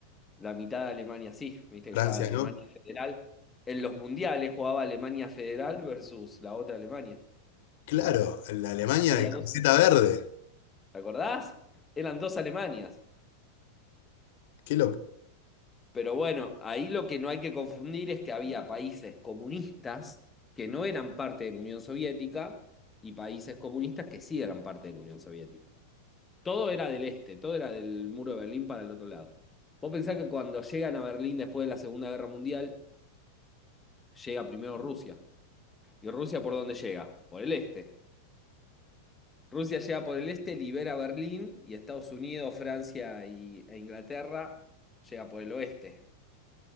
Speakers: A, on the left; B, on the left.
A: La mitad de Alemania sí. Viste que
B: Francia
A: estaba Alemania
B: no.
A: Federal. En los mundiales jugaba Alemania Federal versus la otra Alemania.
B: Claro, la Alemania
A: Había
B: de camiseta
A: dos.
B: verde.
A: ¿Te acordás? Eran dos Alemanias.
B: Qué lo,
A: Pero bueno, ahí lo que no hay que confundir es que había países comunistas que no eran parte de la Unión Soviética y países comunistas que sí eran parte de la Unión Soviética. Todo era del este, todo era del muro de Berlín para el otro lado. Vos pensás que cuando llegan a Berlín después de la Segunda Guerra Mundial, llega primero Rusia. ¿Y Rusia por dónde llega? Por el este. Rusia llega por el este, libera Berlín y Estados Unidos, Francia y, e Inglaterra llega por el oeste.